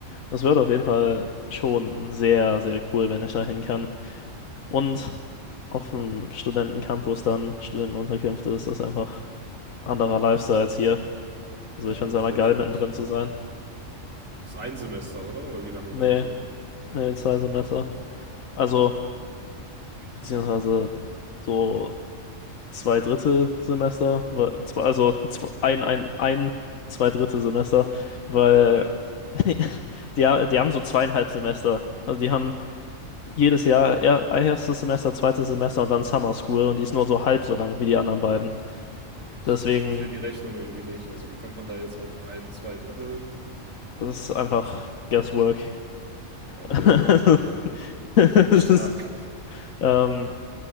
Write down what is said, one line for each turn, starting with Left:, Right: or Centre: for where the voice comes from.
Left: Das wird auf jeden Fall schon sehr, sehr cool, wenn ich da hin kann. Und auf dem Studentencampus dann, Studentenunterkünfte, ist das einfach anderer Lifestyle als hier.
Right: Ja,
Left: Also ich finde es
Right: stelle
Left: einfach geil,
Right: ich mir
Left: mittendrin
Right: auch so vor.
Left: zu sein.
Right: Ist ein Semester, oder? Oder wie lange
Left: Nee,
Right: bleibst du?
Left: nee, zwei Semester. Also, beziehungsweise so zwei Drittel Semester, wa- zw- also zw- ein, ein, ein, zwei Drittel Semester, weil
Right: Hä?
Left: <laughs> die, ha- die haben so zweieinhalb Semester. Also die haben jedes Jahr er, erstes Semester, zweites Semester und dann Summer School und die ist nur so halb so lang wie die anderen beiden.
Right: Ich,
Left: Deswegen,
Right: ich verstehe die Rechnung irgendwie nicht. Also wie kommt man da jetzt auf ein, zwei Drittel?
Left: das ist einfach Guesswork.
Right: Okay.
Left: <laughs> Das
Right: <laughs> Stark.
Left: ist, ähm,